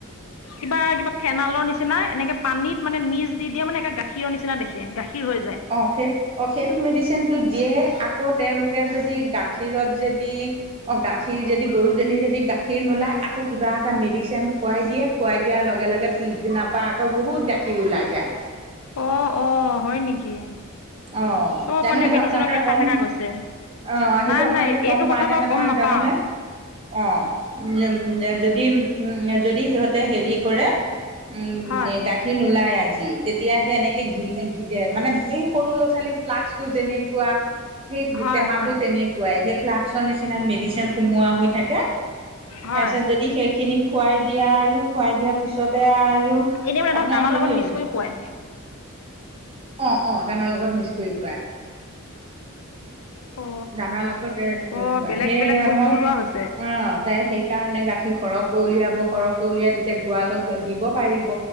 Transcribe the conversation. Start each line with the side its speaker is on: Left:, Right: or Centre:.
Left: কিবা কিবা ফেনলৰ নিচিনা এনেকে, পানীত মানে মিজ দি দিয়া মানে নে গাখীৰৰ নিচিনা দেখে গাখীৰ হৈ যায়।
Right: অ সেই অ সেইটো মেডিচিন টো দিয়ে আকৌ তেওঁলোকে যদি গাখীৰ, গাখীৰত যদি অ গাখীৰ যদি গৰুজনী যদি গাখীৰ নোলায়। আকৌ কিবা এটা মেডিচেন খুৱাই দিয়ে, খুৱাই দিয়াৰ লগে লগে পিছদিনাৰ পৰা আকৌ বহুত গা ওলাই যায়।
Left: অ অ হয় নেকি?
Right: অ,
Left: চব
Right: জানো
Left: মানে
Right: সেইটো
Left: মেডিচিনকে
Right: আপোনাকে
Left: খাই
Right: গম
Left: থকা গৈছে
Right: অ সেইটো
Left: নাই
Right: আপোনালোকে
Left: নাই
Right: গম
Left: এইটো
Right: পায়
Left: কথা
Right: নে
Left: বাৰু
Right: নেপায়
Left: গম নাপাওঁ
Right: জানোনে? অ উম এম এম যদি উম যদি সিহঁত হেৰি কৰে উম
Left: হয়
Right: গা খীৰ নোলায় আজি তেতিয়া সেই এনেকে ঘিল ঘি মানে এই সৰু লৰা-ছোৱালী ফ্লাক্সটো যেনেকুৱা সেই
Left: হয়
Right: টেমাটো
Left: হয়
Right: তেনে কুৱাই, সেই ফ্লাক্সৰ নিচিনা মেডিচিন সোমোৱা হৈ থাকে।
Left: হয়
Right: তাৰ পিছত যদি সেইখিনি খুৱাই দিয়া আৰু খুৱাই দিয়া পিছতে আৰু
Left: এনেও এতক
Right: আপোনাৰ
Left: দানা
Right: হেৰি
Left: লগত মিছ কৰি খুৱাই।
Right: অ অ দানাৰ লগত মিক্স কৰি খুৱাই।
Left: অ
Right: দানাৰ লগত মিজ কৰি
Left: অ
Right: খুৱাই,
Left: বেলেগ
Right: সেই
Left: বেলেগ
Right: আমই
Left: বস্তু ওলোৱা হৈছে
Right: অ তাই সেই সেই কাৰণে গাখীৰ সৰহকৈ উলিয়াব, সৰহকৈ উলিয়াই তেতিয়া গোৱালক দিব পাৰিব।